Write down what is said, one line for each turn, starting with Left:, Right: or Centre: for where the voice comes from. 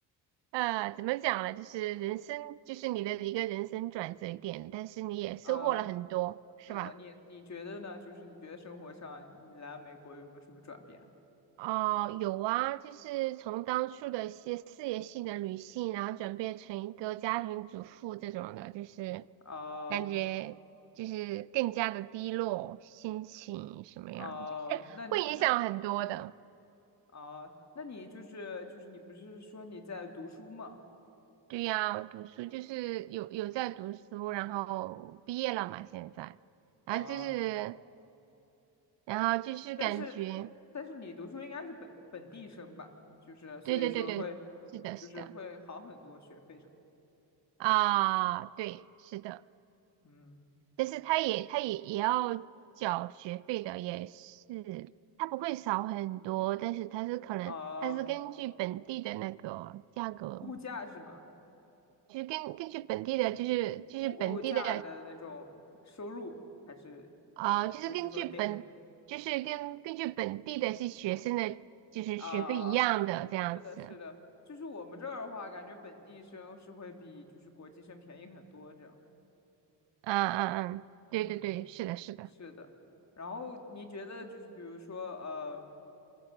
Right: 呃怎么讲呢？就是人生就是你的一个人生转折点，但是你也收获了很多是吧？
Left: 啊、是的。你你觉得呢？就是你觉得生活上你来美国有没有什么转变？
Right: 哦，有啊，就是从当初的一些事业性的女性，然后转变成一个家庭主妇这种的，就是
Left: 啊
Right: 感觉就是更加的低落，心情什么样的，
Left: 啊、
Right: 就是会影响很多的。
Left: 那你那啊、那你就是就是你不是说你在读书吗？
Right: 对呀，我读书就是有有在读书，然后毕业了嘛，现在，然后就是
Left: 啊、
Right: 然后就是感觉，
Left: 但是但是你读书应该是本本地生吧？就是所以说会
Right: 对对对对，是的，
Left: 就是会好很多学费上，
Right: 是的，啊，对，是的。
Left: 嗯
Right: 但是他也他也也要缴学费的，也是他不会少很多，但是他是可能他是根据本地的那个价格，
Left: 啊、物价是吗？
Right: 就是根根据本地的，就是就是本地的
Left: 物物价的那种收入，还是
Right: 啊、呃就是根据本就是跟根据本地的是学生的，
Left: 就是说定的
Right: 就是学费一样的这样子，
Left: 啊啊，是的，是的，就是我们这儿的话，感觉本地生是会比就是国际生便宜很多，这样，
Right: 嗯嗯嗯，
Left: 嗯嗯，
Right: 对对对，是的是的。
Left: 是的。然后你觉得就是比如说呃，